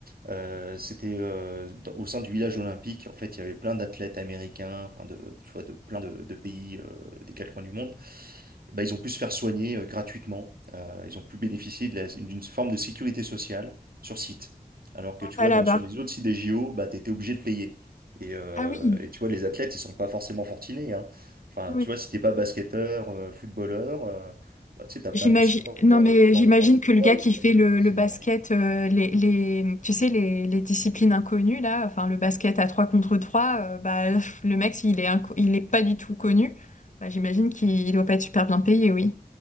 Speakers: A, on the right; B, on the left.
A: Euh, c'était euh, dans- au sein du village olympique, en fait, il y avait plein d'athlètes américains, enfin, de, tu vois, de plein de, de pays euh, des quatre coins du monde bah, ils ont pu se faire soigner euh, gratuitement. Euh, ils ont pu bénéficier de la- d'une forme de sécurité sociale sur site. Alors que tu
B: Pas
A: vois,
B: là-bas.
A: dans, sur les autres sites des JO, bah, tu étais obligé de payer. Et, euh,
B: Ah oui,
A: et tu vois, les athlètes, ils sont pas forcément fortunés. hein. Enfin,
B: oui.
A: tu
B: oui.
A: vois, si t'es pas basketteur, euh, footballeur, euh, bah, tu sais, t'as
B: J'imagine,
A: plein de sports,
B: non
A: euh,
B: mais
A: genre
B: j'imagine
A: le lancer
B: que
A: de
B: le
A: poids,
B: gars
A: ils
B: qui
A: gagnent
B: fait
A: euh,
B: le,
A: quasiment
B: le basket,
A: leur vie.
B: euh, les, les, tu sais, les, les disciplines inconnues là, enfin le basket à 3 contre 3, euh, bah, <laughs> pff, le mec, il est, inco- il est pas du tout connu, bah, j'imagine qu'il doit pas être super bien payé, oui.